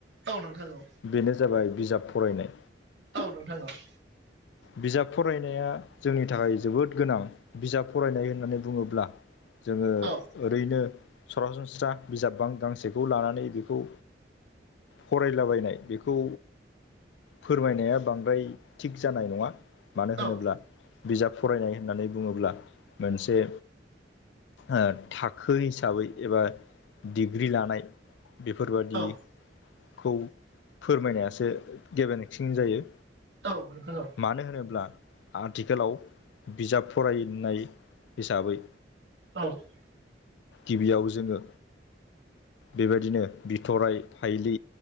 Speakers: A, on the right (about 75°); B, on the left (about 75°).
A: औ नोंथां औ
B: बेनो जाबाय बिजाब फरायनाय
A: औ नोंथां औ
B: बिजाब फरायनाया जोंनि थाखाय जोबोद गोनां बिजाब फरायनाय होननानै बुङोब्ला जोङो
A: औ
B: ओरैनो सरासनस्रा बिजाब बां गांसेखौ लानानै बेखौ फरायलाबायनाय बेखौ फोरमायनाया बांद्राय थिग जानाय नङा मानो होनोब्ला
A: औ
B: बिजाब फरायनाय होननानै बुङोब्ला मोनसे ओ थाखो हिसाबै एबा डिग्रि लानाय बेफोरबादिखौ
A: औ
B: फोरमायनायासो <unintelligible> जायो
A: औ नोंथां औ
B: मानो होनोब्ला आथिखालाव बिजाब फरायनाय हिसाबै
A: औ औ
B: गिबियाव जोङो बेबायदिनो बिथरराय थाइलि